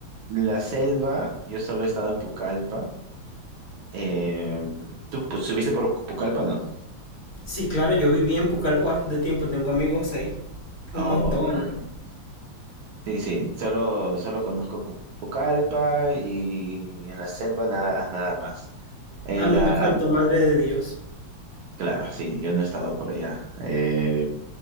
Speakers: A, on the right; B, on the left.
A: la selva, yo solo he estado en Pucallpa. Eh, ¿tú pues, subiste por Pucallpa, no?
B: sí, claro, yo viví en Pucallpa bastante tiempo, tengo amigos ahí, un
A: Oh,
B: montón.
A: ok. Sí, sí, solo, solo conozco Cu- Pucallpa y en la selva nada, nada más. En
B: A mí
A: la,
B: me faltó
A: ah,
B: Madre de Dios.
A: claro, sí, yo no he estado por allá. Eh,